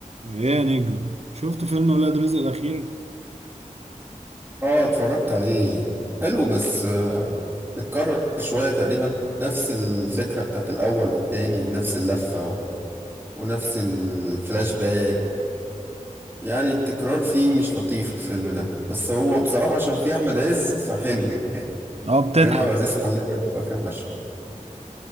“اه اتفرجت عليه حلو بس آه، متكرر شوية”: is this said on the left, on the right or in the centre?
Right